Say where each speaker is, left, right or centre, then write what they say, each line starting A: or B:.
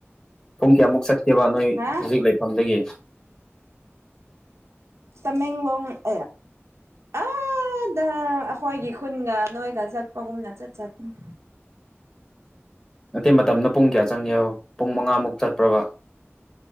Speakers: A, on the left; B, on the right.
A: ꯄꯨꯡ ꯀꯌꯥꯃꯨꯛ ꯆꯠꯀꯦꯕ ꯅꯣꯏ
B: ꯍꯥ
A: ꯍꯧꯖꯤꯛ ꯂꯩꯐꯝꯗꯒꯤ
B: ꯇꯃꯦꯡꯂꯣꯡ <unintelligible> ꯑꯥꯗ ꯑꯈꯣꯏꯒꯤ ꯈꯨꯟꯒ ꯅꯣꯏꯒ ꯆꯠꯄꯒꯨꯝꯅ ꯆꯠ ꯆꯠꯀꯅꯤ
A: ꯅꯠꯇꯦ ꯃꯇꯝꯗꯣ ꯄꯨꯡ ꯀꯌꯥ ꯆꯪꯒꯦꯕ ꯄꯨꯡ ꯃꯉꯥꯃꯨꯛ ꯆꯠꯄ꯭ꯔꯕ